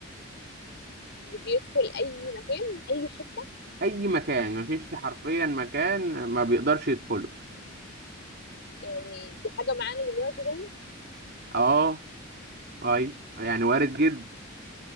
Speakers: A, on the left; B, on the right.
A: وبيدخل اي مكان اي حته
B: اي مكان مفيش حرفيا مكان ما بيقدرش يدخله
A: يعني دي حاجه معانا دلوقتي طيب
B: اه اي يعني وارد جدا